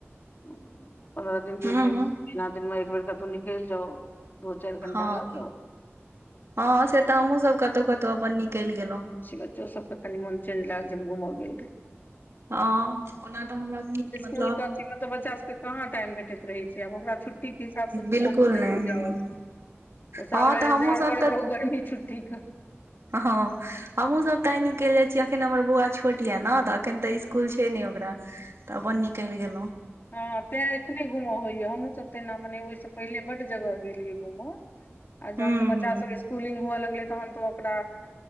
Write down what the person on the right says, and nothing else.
हूँ
हँ
हँ से तऽ हमहुँ सब कतहु कतहु अपन निकलि गेलहुँ
ह ओना तऽ हमरा कत
बिलकुल नहि
ह
हँ
हमहुँ सब
तऽ
हँ हमहुँ सब ताई निकलि जाइ छिय अखन हमर बौआ छोट य न तऽ एखन तऽइस इकुल छै ने ओकरा तऽ अपन निकलि गेलो
<unintelligible>
हूँ